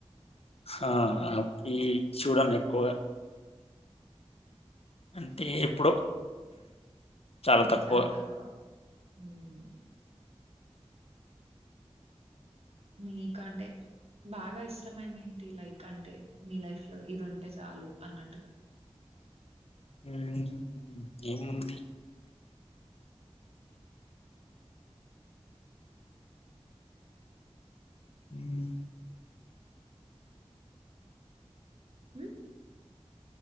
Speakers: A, on the left; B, on the right.
A: హా అవ్వి చూడన్ ఎక్కువ అంటే ఎప్పుడో చాలా తక్కువ.
B: చాల్ తక్వ హ్మ్ మీకంటే బాగా ఇష్టమైంది ఏంటి లైక్ అంటే మీ లైఫ్ లో ఇది ఉంటే చాలు అన్నట్టుగా
A: మ్హ్ ఏముంది మ్
B: హ్మ్